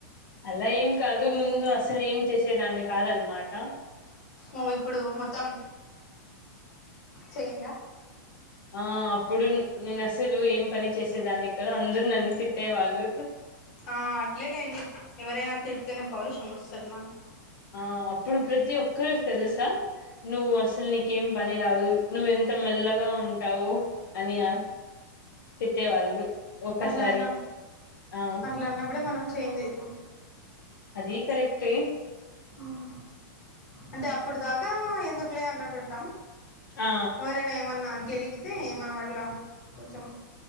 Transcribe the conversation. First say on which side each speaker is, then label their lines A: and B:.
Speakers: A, on the left; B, on the left.
A: అలా ఏం కాదు ముందు అసలు ఏం చేసేదాన్ని కాదన్నమాట
B: ఓ ఇప్పుడు మొత్తం చేంజ్ ఆ
A: ఆ అప్పుడు నేను అసలు ఏం పని చేసేదాన్ని క అందరు నన్ను తిట్టేవాళ్ళు
B: ఆ అట్లేలేండి ఎవరైనా తిడితేనే పౌరుషం వస్తది మనకి
A: ఆ అప్పుడు ప్రతి ఒక్కరు తెలుసా నువ్వు అసలు నీకేం పని రాదు నువ్ ఎం త మెల్లగా ఉంటావు అని ఆ తిట్టేవాళ్ళు ఒక్కసారి
B: అట్లన్న
A: ఆ
B: అట్లాన్నప్పుడే మనం చేంజ్ అవుతాం
A: అదీ కరెక్టే
B: మ్ అంటే అప్పుడు దాకా ఎందుకులే అన్నట్టు ఉంటాం
A: ఆ
B: ఎవరైనా ఏమన్నా గెలిగితే మనమట్ల కొంచెం